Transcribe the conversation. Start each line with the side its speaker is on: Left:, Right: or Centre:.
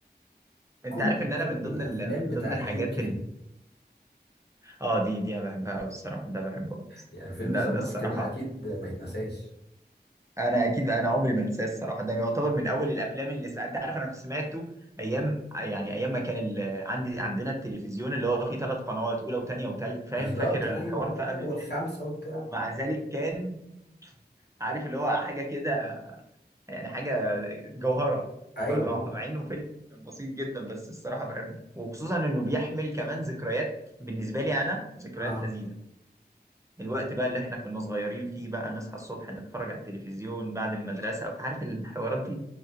Right: انت
Left: كنت
Right: عارف
Left: بحب
Right: ان انا من ضمن
Left: الافلام
Right: ال... من
Left: بتاع
Right: ضمن الحاجات
Left: جيم كاري
Right: ال... اه دي دي انا بحبها قوي الصراحه ده بحبه أوي.
Left: يعني فيلم
Right: لا
Left: ذا
Right: ده
Left: ماسك
Right: الصراحه
Left: ده اكيد ما يتنساش
Right: انا اكيد انا عمري ما انساه الصراحه ده يعتبر من اول الافلام اللي س... انت عارف انا كنت سمعته ايام يعني ايام ما كان ال... عندي عندنا التلفزيون اللي هو فيه ثلاث قنوات اولى وثانيه وثالث فاهم
Left: بالظبط
Right: فاكر
Left: ايوه
Right: الحوار ده قبل
Left: آه، والخمسه
Right: الدش
Left: وبتاع
Right: ومع ذلك كان عارف اللي هو حاجه كده يعني حاجه جوهره
Left: ايوه
Right: صراحه
Left: ايوه
Right: مع انه فيلم بسيط جدا بس الصراحه بحبه وخصوصا انه بيحمل كمان ذكريات بالنسبه لي انا ذكريات
Left: اه
Right: لذيذه الوقت بقى اللي احنا كنا صغيرين فيه بقى نصحى الصبح نتفرج على التلفزيون بعد المدرسه عارف الحوارات دي